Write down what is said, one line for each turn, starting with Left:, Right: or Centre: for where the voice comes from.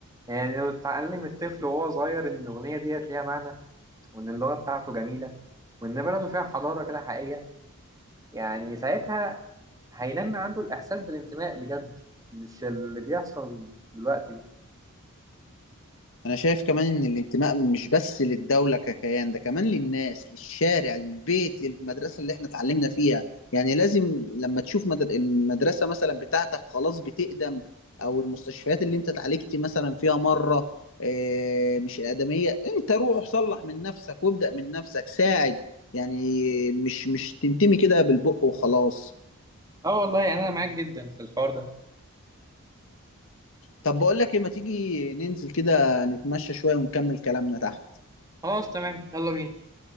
Right: يعني لو اتعلم الطفل وهو صغير إن الأغنية ديت ليها معنى وإن اللغة بتاعته جميلة وإن بلده فيها حضارة كده حقيقية يعني ساعتها هينمي عنده الإحساس بالانتماء بجد مش اللي بيحصل دلوقتي ده
Left: انا شايف كمان ان الانتماء مش بس للدولة ككيان ده كمان للناس للشارع للبيت للمدرسة اللي احنا اتعلمنا فيها يعني لازم لما تشوف مدر... المدرسة مثلا بتاعتك خلاص بتقدم او المستشفيات اللي انت اتعالجت مثلا فيها مرة آه، مش آدمية انت روح صلح من نفسك وابدأ من نفسك ساعد يعني مش مش تنتمي كده بالبق وخلاص
Right: اه والله انا معاك جدا في الحوار ده
Left: طب بقول لك ايه ما تيجي ننزل كده نتمشى شوية ونكمل كلامنا تحت
Right: خلاص تمام يلا بينا